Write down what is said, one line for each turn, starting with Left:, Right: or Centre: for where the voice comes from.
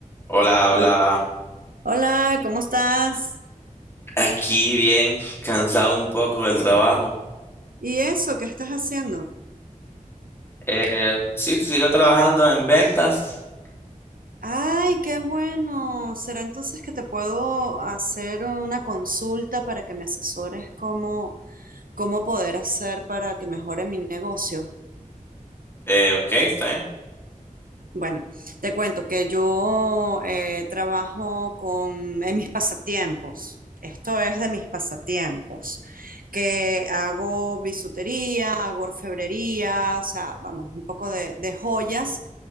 Left: Hola, hola.
Right: Hol- Hola, ¿cómo estás?
Left: Aquí bien, cansado un poco del trabajo.
Right: ¿Y eso? ¿Qué estás haciendo?
Left: Eh, sí, sigo trabajando en ventas.
Right: Ay, qué bueno. ¿Será entonces que te puedo hacer una consulta para que me asesores cómo, cómo poder hacer para que mejore mi negocio?
Left: Eh, ok, está bien.
Right: Bueno, te cuento que yo eh, trabajo con en mis pasatiempos. Esto es de mis pasatiempos, que hago bisutería, hago orfebrería, o sea, vamos, un poco de, de joyas